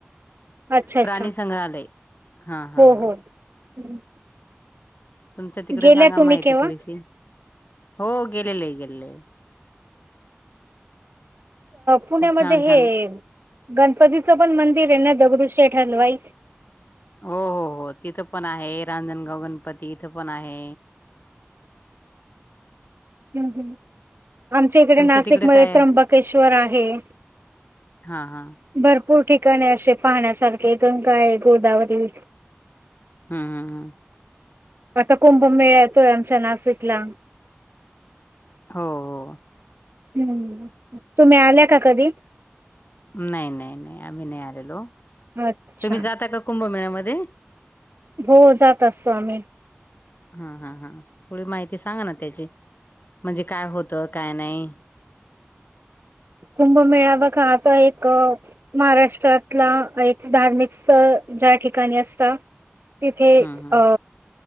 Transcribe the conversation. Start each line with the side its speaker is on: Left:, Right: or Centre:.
Right: अच्छा अच्छा
Left: प्राणी संंग्रहालय हा हा
Right: हो
Left: हा
Right: हो. हम्म.
Left: तुमच्या तिकडे
Right: गेल्या
Left: सांगा
Right: तुम्ही
Left: माहिती
Right: केव्हा?
Left: थोडीशी हो गेलेले गेलेले
Right: पुण्यामध्ये
Left: खूप छान
Right: हे
Left: छान
Right: गणपतीचं पण मंदिर आहे ना दगडू शेठ शेठ हलवाई
Left: हो हो हो तिथं पण आहे रांजणगाव गणपती इथं पण आहे
Right: हम्म, हम्म. आमच्या इकडे
Left: तुमच्या
Right: नाशिकमध्ये
Left: तिकडे काय आहे
Right: त्र्यंबकेश्वर आहे भरपूर
Left: हा हा
Right: भरपूर ठिकाणे असे पाहण्यासारखे गंगा आहे गोदावरी
Left: हम्म हम्म हम्म
Right: आता कुंभमेळा येतोय आमच्या नाशिकला
Left: हो हो
Right: ह् तुम्ही आल्या का कधी
Left: नाही नाही नाही आम्ही नाही आलेलो
Right: अच्छा.
Left: तुम्ही जाता का कुंभमेळ्यामध्ये मध्ये
Right: हो जात असतो आम्ही
Left: हा हा हा थोडी माहिती सांगा ना त्याची म्हणजे काय होतं काय नाही
Right: कुंभमेळा बघा आता एक महाराष्ट्रातला एक धार्मिक स्थळ ज्या ठिकाणी असता तिथे
Left: हम्म हम्म
Right: अ